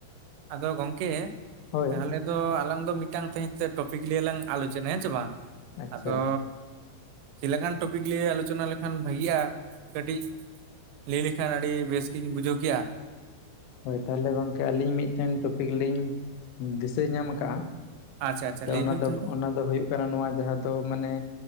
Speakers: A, on the right (about 85°); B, on the left (about 85°).
A: ᱟᱫᱚ ᱜᱚᱝᱠᱮ
B: ᱦᱳᱭ
A: ᱛᱟᱦᱚᱞᱮ ᱛᱚ ᱟᱞᱟᱝ ᱫᱚ ᱢᱤᱫᱴᱟᱝ ᱛᱮᱦᱮᱧ ᱴᱚᱯᱤᱠ ᱱᱤᱭᱮ ᱞᱟᱝ ᱟᱞᱚᱪᱚᱱᱟ ᱦᱮᱸ ᱪᱮ ᱵᱟᱝ
B: ᱟᱪᱪᱷᱟ
A: ᱟᱫᱳ ᱪᱮᱫ ᱞᱮᱠᱟᱱ ᱴᱚᱯᱤᱠ ᱱᱤᱭᱮ ᱟᱞᱳᱪᱚᱱᱟ ᱞᱮᱠᱷᱟᱱ ᱵᱷᱟᱹᱜᱤ ᱟ ᱠᱟᱹᱴᱤᱡ ᱞᱟᱹᱭ ᱞᱮᱠᱷᱟᱱ ᱟᱹᱰᱤ ᱵᱮᱥᱜᱤᱧ ᱵᱩᱡᱷᱟᱹᱣ ᱠᱮᱭᱟ
B: ᱦᱳᱭ ᱛᱟᱦᱚᱞᱮ ᱜᱚᱝᱠᱮ ᱟᱹᱞᱤᱧ ᱢᱤᱫ ᱴᱤᱱ ᱴᱚᱯᱤᱠ ᱞᱤᱧ ᱫᱤᱥᱟᱹ ᱧᱟᱢ ᱠᱟᱜᱼᱟ
A: ᱟᱪᱪᱷᱟ ᱟᱪᱪᱷᱟ
B: ᱥᱮ
A: ᱞᱟᱹᱭ
B: ᱚᱱᱟ
A: ᱵᱤᱱ
B: ᱫᱚ
A: ᱛᱟᱦᱚᱞᱮ
B: ᱚᱱᱟ ᱫᱚ ᱦᱩᱭᱩᱜ ᱠᱟᱱᱟ ᱱᱚᱣᱟ ᱡᱟᱦᱟᱸ ᱫᱚ ᱢᱟᱱᱮ